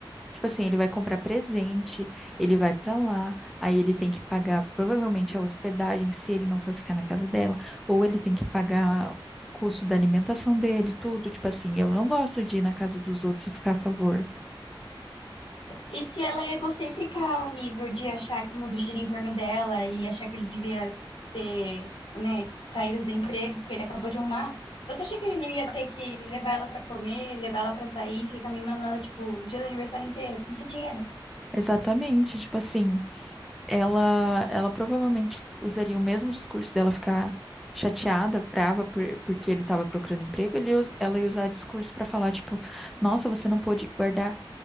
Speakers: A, in the centre; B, on the left.
A: Tipo assim, ele vai comprar presente, ele vai pra lá, aí ele tem que pagar provavelmente a hospedagem se ele não for ficar na casa dela, ou ele tem que pagar o custo da alimentação dele, tudo. Tipo assim, eu não gosto de ir na casa dos outros e ficar a favor.
B: E se ela é egocêntrica ao nível de achar que o mundo gira em torno dela e achar que ele devia ter, né, saído do emprego que ele acabou de arrumar, você acha que ele não ia ter que levar ela pra comer, levar ela pra sair, ficar mimando ela, tipo, o dia do aniversário inteiro, com que dinheiro?
A: Exatamente, tipo assim, ela ela provavelmente usaria o mesmo discurso dela ficar chateada, brava por- porque ele estava procurando emprego, ele, us- ela ia usar discurso pra falar tipo, nossa, você não pôde guardar